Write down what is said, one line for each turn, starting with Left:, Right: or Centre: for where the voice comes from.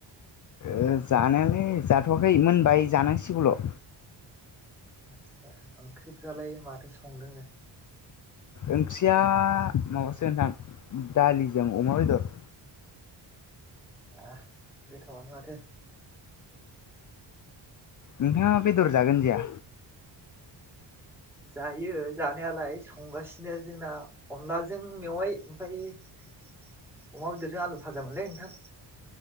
Left: ओ जानायालाय जाथ'वाखै मोनबाय जानांसिगौल'
Centre: आटसा ओंख्रिफ्रालाय माथो संदोंनो
Left: ओंख्रिया माबासो नोंथां दालिजों अमा बेदर
Centre: ओह गोथावानो माथो
Left: नोंथांआ बेदर जागोन जाया
Centre: जायो जानायालाय संगासिनो जोंना अनलाजों मेवाय आमफाय अमा बेदरजों आलु भाजामोनलै नोंथां